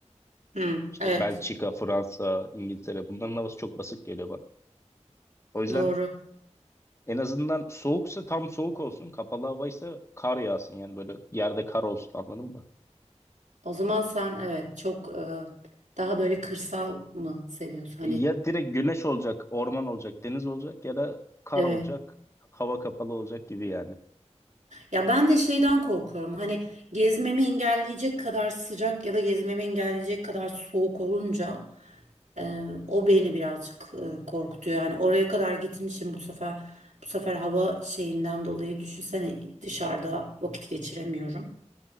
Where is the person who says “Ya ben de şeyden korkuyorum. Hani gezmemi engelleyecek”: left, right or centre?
Right